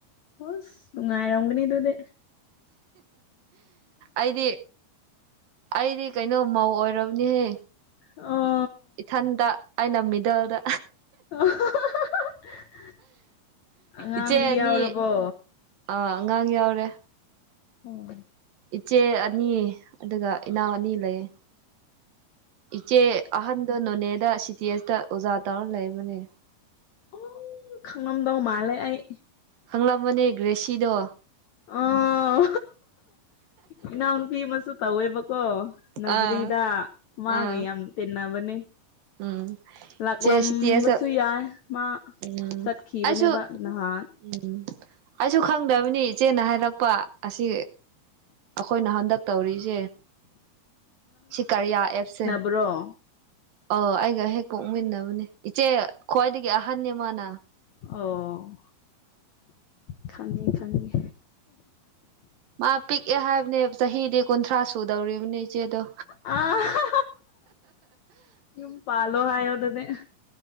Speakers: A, on the left (about 75°); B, on the right (about 70°).
A: ꯍꯁ ꯅꯨꯉꯥꯏꯔꯝꯒꯅꯤ ꯗꯨꯗꯤ
B: ꯑꯩꯗꯤ ꯑꯩꯗꯤ ꯀꯩꯅꯣ ꯃꯧ ꯑꯣꯏꯔꯕꯅꯦꯍꯦ
A: ꯑꯣ
B: ꯏꯊꯟꯗ ꯑꯩꯅ ꯃꯤꯗꯜꯗ
A: <unintelligible> ꯑꯉꯥꯡꯗꯤ
B: ꯏꯆꯦ ꯑꯅꯤ
A: ꯌꯥꯎꯔꯕꯣ
B: ꯑ ꯑꯉꯥꯡ ꯌꯥꯎꯔꯦ
A: ꯎꯝ
B: ꯏꯆꯦ ꯑꯅꯤ ꯑꯗꯨꯒ ꯏꯅꯥꯎ ꯑꯅꯤ ꯂꯩ ꯏꯆꯦ ꯑꯍꯟꯗꯣ ꯅꯣꯅꯦꯗ ꯁꯤ ꯇꯤ ꯑꯦꯁꯇ ꯑꯣꯖꯥ ꯇꯧꯔ ꯂꯩꯕꯅꯦ
A: ꯑꯣ ꯈꯪꯂꯝꯗꯧ ꯃꯥꯂꯦ ꯑꯩ
B: ꯈꯪꯂꯝꯃꯅꯦ ꯒ꯭ꯔꯦꯁꯤꯗꯣ
A: ꯑꯣ ꯏꯅꯥꯎ ꯅꯨꯄꯤ ꯑꯃꯁꯨ ꯇꯧꯋꯦꯕꯀꯣ ꯅꯖꯔꯤꯗ
B: ꯑꯥ
A: ꯃꯥꯒ
B: ꯑꯥ
A: ꯌꯥꯝ ꯇꯤꯟꯅꯕꯅꯦ
B: ꯎꯝ
A: ꯂꯥꯛꯂꯝꯕꯁꯨ
B: ꯆꯦ ꯁꯤ ꯇꯤ ꯑꯦꯁ
A: ꯌꯥꯏ ꯃꯥ
B: ꯎꯝ
A: ꯆꯠꯈꯤꯕꯅꯦꯕ
B: ꯑꯩꯁꯨ
A: ꯅꯍꯥꯟ
B: ꯎꯝ ꯑꯩꯁꯨ ꯈꯪꯗꯕꯅꯤ ꯏꯆꯦꯅ ꯍꯥꯏꯔꯛꯄ ꯑꯁꯤ ꯑꯩꯈꯣꯏꯅ ꯍꯟꯗꯛ ꯇꯧꯔꯤꯁꯦ ꯁꯤ ꯀꯔꯤꯌꯥ ꯑꯦꯞꯁꯦ
A: ꯄꯨꯔꯣ
B: ꯑꯧ ꯑꯩꯒ ꯍꯦꯛ ꯄꯣꯛꯃꯤꯟꯅꯕꯅꯦ ꯏꯆꯦ ꯈ꯭ꯋꯥꯏꯗꯒꯤ ꯑꯍꯟꯅꯦ ꯃꯥꯅ
A: ꯑꯣ ꯈꯪꯉꯦ ꯈꯪꯉꯦ
B: ꯃꯥ ꯄꯤꯛꯑꯦ ꯍꯥꯏꯕꯅꯦ ꯆꯍꯤꯗꯤ ꯀꯨꯟꯊ꯭ꯔꯥ ꯁꯨꯗꯧꯔꯤꯕꯅꯤ ꯆꯦꯗꯣ
A: ꯑꯥ ꯌꯨꯝ ꯄꯥꯂꯣ ꯍꯥꯏꯌꯣ ꯑꯗꯨꯗꯤ